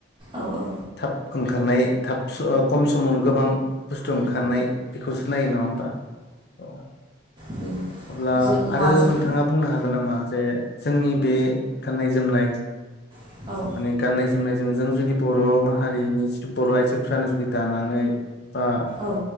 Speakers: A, on the right; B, on the left.
A: औ औ
B: थाब ओंखारनाय थाब खम समावनो गोबां बुस्थु ओंखारनाय बेखौसो नायो नङा होमबा औ
A: बेनो
B: अब्ला
A: जे
B: आरो
A: माजों
B: नों थाङा बुंनो हागोन नामा जे जोंनि बे गाननाय जोमनाय
A: औ औ
B: माने गाननाय जोमनाय जों जों जुदि बर' माहारिनि जिथु बर' आइजोफ्रानो जुदि दानानै बा
A: औ